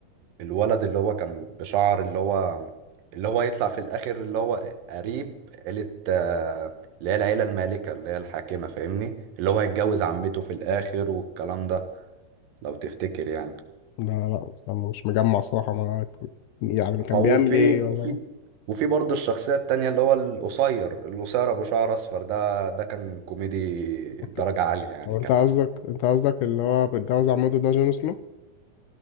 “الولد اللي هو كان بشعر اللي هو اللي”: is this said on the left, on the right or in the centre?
Right